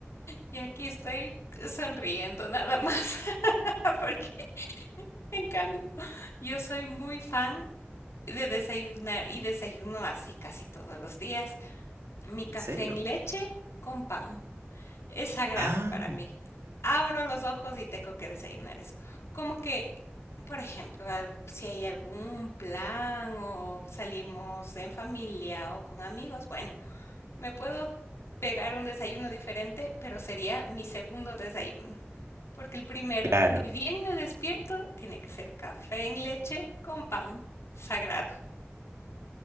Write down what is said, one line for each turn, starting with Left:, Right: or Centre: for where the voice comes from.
Left: Y aquí estoy sonriendo nada más, <laughs> porque en cambio yo soy muy fan de desayunar y desayuno así casi todos los días. Mi café
Right: ¿En serio?
Left: en leche con pan. Es sagrado
Right: Ah,
Left: para mí. Abro los ojos y tengo que desayunar eso. Como que, por ejemplo, al- si hay algún plan o salimos en familia o con amigos, bueno, me puedo pegar un desayuno diferente, pero sería mi segundo desayuno. Porque el primero,
Right: claro.
Left: ni bien me despierto, tiene que ser café en leche con pan. Sagrado.